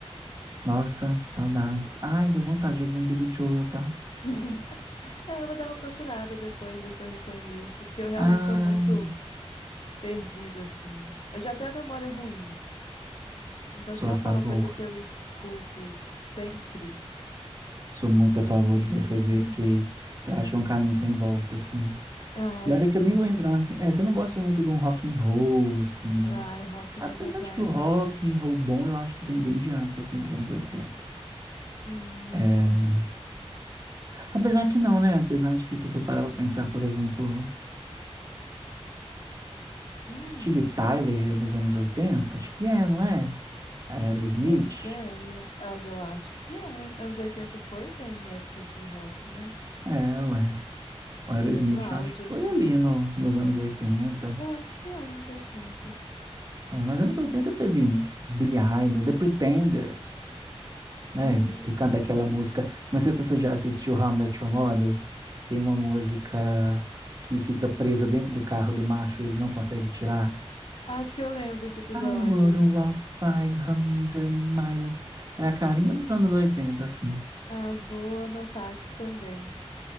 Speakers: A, on the right; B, on the left.
A: nossa, saudades. Ai, deu vontade de ouvir um Billy Joel, tá?
B: <laughs> É, eu vou dar uma procurada depois, ver se eu reconheço, porque eu realmente
A: Ah,
B: sou muito perdida, assim. Eu já tenho a memória ruim. Então,
A: sou
B: se não
A: a favor.
B: for uma coisa que eu escuto sempre.
A: Sou muito a favor de você
B: <laughs>
A: ver, porque eu acho que é um caminho sem volta, assim.
B: Ah,
A: E olha
B: sim.
A: que eu nem vou entrar assim. É, você não gosta muito de um rock and roll, assim, né?
B: Ai, rock
A: Apesar
B: não é minha praia,
A: de que o rock
B: não.
A: and roll bom, eu acho que vem bem de antes, assim, dos anos oitenta
B: Hum,
A: É... Apesar que não, né? Apesar de que se você parar pra pensar, por exemplo,
B: hum,
A: Steve Tyler é dos anos oitenta acho que é, não é? Aerosmith?
B: nem ideia. Ah, Mas eu acho que é. Anos 80 foi bem época de rock, né?
A: É, ué. O Aerosmith
B: Bem o auge,
A: eu acho que
B: assim.
A: foi ali no, nos anos oitenta
B: Eu acho que é anos oitenta.
A: É, mas anos 80 teve Billy Idol, The Pretenders, né?
B: Hum,
A: Que canta aquela música. Não sei se você já assistiu How I Met Your Mother. Tem uma música que fica presa dentro do carro do macho e ele não consegue tirar.
B: acho que eu lembro desse episódio.
A: I would walk five hundred miles. É a carinha dos
B: <laughs>
A: anos 80, assim.
B: Ah, vou anotar aqui também.